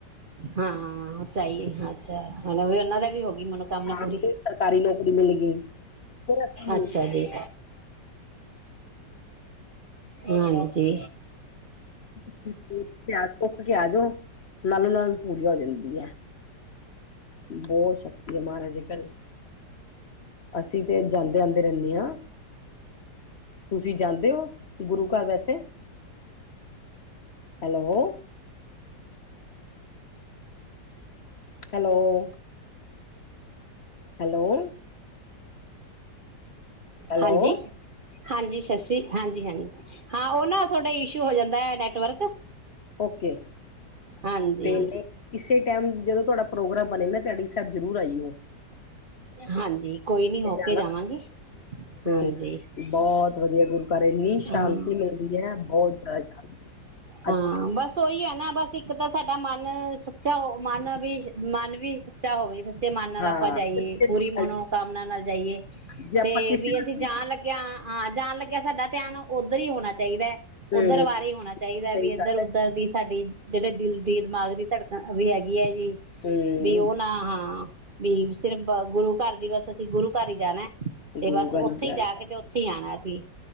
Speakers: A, on the right; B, on the left.
A: ਹਾਂ ਉਹ ਤਾਂ ਹੀ ਅੱਛਾ ਹੁਣ ਵੀ ਉਹਨਾਂ ਦਾ ਵੀ ਹੋ ਗਈ ਮਨੋਕਾਮਨਾ
B: ਹਾਂ
A: ਪੂਰੀ
B: ਸਰਕਾਰੀ ਨੌਕਰੀ ਮਿਲ ਗਈ ਕੀਰਤ ਨੂੰ
A: ਅੱਛਾ ਜੀ ਹਾਂਜੀ-
B: ਆਸਾ ਸੁਖ ਕੇ ਆ ਜਾਓ ਨਾਲੋਂ ਨਾਲ ਪੂਰੀਆਂ ਹੋ ਜਾਂਦੀਆਂ ਬਹੁਤ ਸ਼ਕਤੀ ਆ ਮਹਾਰਾਜ ਦੇ ਘਰੇ ਅਸੀਂ ਤੇ ਜਾਂਦੇ ਆਉਦੇ ਰਹਿੰਦੇ ਹਾਂ ਤੁਸੀਂ ਜਾਂਦੇ ਹੋ ਗੁਰੂ ਘਰ ਵੈਸੇ ਹੈਲੋ। ਹੈਲੋ- ਹੈਲੋ- ਹੈਲੋ
A: ਹਾਂਜੀ- ਹਾਂਜੀ ਸਸ਼ੀ ਹਾਂਜੀ -ਹਾਂਜੀ ਹਾਂ ਉਹਨਾਂ ਤੁਹਾਡਾ ਇਸ਼ੂ ਹੋ ਜਾਂਦਾ ਹੈ। ਨੈਟਵਰਕ
B: ਓਕੇ
A: ਹਾਂਜੀ
B: ਤੇ ਕਿਸੇ ਟਾਈਮ ਜਦੋਂ ਤੁਹਾਡਾ ਪ੍ਰੋਗਰਾਮ ਬਣੇ ਨਾ ਆੜੀਸਾਹਿਬ ਜ਼ਰੂਰ ਆਈਉ
A: ਹਾਂਜੀ ਕੋਈ ਨੀ ਹੋ
B: ਜਾਣਾ
A: ਕੇ ਜਾਵਾਂਗੇ
B: ਤੇ
A: ਹਾਂਜੀ
B: ਬਹੁਤ ਵਧੀਆ ਗੁਰੂ ਪਰ ਇੰਨੀ ਸ਼ਾਂਤੀ
A: ਹਾਂ
B: ਮਿਲਦੀ ਹੈ। ਬਹੁਤ ਬਹੁਤ ਸ਼ਾਂਤੀ
A: ਹਾਂ
B: ਅਸੀਂ
A: ਬਸ ਉਹੀ ਹੈ। ਨਾ ਬਸ ਇੱਕ ਤਾਂ ਸਾਡਾ ਮਨ ਸੱਚਾ ਹੋ ਮਨ ਵੀ ਮਨ ਵੀ ਸੱਚਾ ਹੋਵੇ ਸ ਮਨ ਨਾਲ
B: ਹਾਂ
A: ਆਪਾਂ ਜਾਈਏ ਪੂਰੀ ਮਨੋਕਾਮਨਾ ਨਾਲ ਜਾਈਏ
B: ਜੇ ਆਪਾਂ
A: ਤੇ
B: ਕਿਸੇ
A: ਵੀ
B: ਵਾਸਤੇ
A: ਅਸੀ ਜਾਣ ਲੱਗਿਆ ਹਾਂ ਜਾਣ ਲੱਗੇ ਸਾਡਾ ਧਿਆਨ ਉੱਧਰ ਹੀ ਹੋਣਾ ਚਾਹੀਦਾ ਹੈ।
B: ਹੂੰ
A: ਉਧਰ ਬਾਰੇ ਹੀ ਹੋਣਾ ਚ'
B: ਸਹੀ
A: ਵੀ ਇੱਧਰ
B: ਗੱਲ
A: ਉੱਧਰ
B: ਹੈ
A: ਦੀ ਸਾਡੀ ਜਿਹੜੇ ਦਿਲ ਦੀ ਦਿਮਾਗ ਦੀ ਧੜਕਣ ਵੀ ਹੈਗੀ ਹੈ।
B: ਹੂੰ
A: ਵੀ ਉਹ ਨਾ ਹਾਂ ਵੀ ਸਿਰਫ ਗੁਰੂ ਘਰ ਦੀ ਬਸ ਅਸੀ ਗੁਰੂ ਘਰ ਹੀ ਜਾਣਾ ਤੇ
B: ਗੁਰੂ
A: ਬਸ
B: ਘਰ
A: ਉੱਥੇ
B: ਜਾਣਾ
A: ਹੀ ਜਾ ਕੇ ਤੇ ਉੱਥੇ ਹੀ ਆਉਣਾ ਸੀ